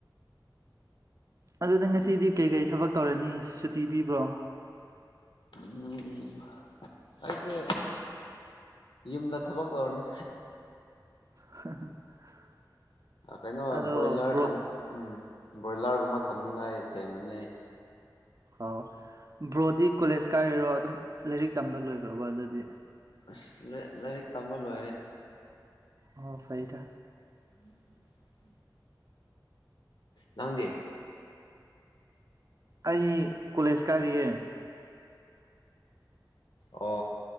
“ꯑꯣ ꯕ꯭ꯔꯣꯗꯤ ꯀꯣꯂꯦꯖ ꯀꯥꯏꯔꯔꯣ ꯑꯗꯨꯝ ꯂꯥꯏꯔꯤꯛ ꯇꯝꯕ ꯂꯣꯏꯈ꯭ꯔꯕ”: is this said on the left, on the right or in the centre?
Right